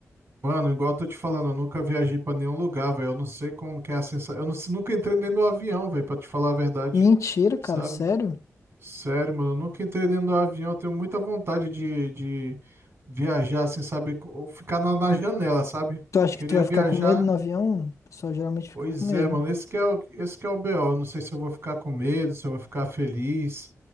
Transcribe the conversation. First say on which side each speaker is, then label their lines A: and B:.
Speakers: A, on the right; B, on the left.
A: mano, igual eu tô te falando, eu nunca viajei pra nenhum lugar, velho, eu não sei como que é a sensação, eu não- nunca entrei dentro do avião, velho, pra te falar a verdade,
B: Mentira, cara,
A: sabe?
B: sério?
A: Sério, mano, eu nunca entrei dentro do avião. Eu tenho muita vontade de, de viajar sem saber, co- ou ficar na, na janela, sabe?
B: Tu acha
A: Queria
B: que tu vai
A: viajar.
B: ficar com medo no avião? O pessoal geralmente fica
A: Pois
B: com medo.
A: é, mano, esse que é o, esse que é o BO. Não sei se eu vou ficar com medo, se eu vou ficar feliz,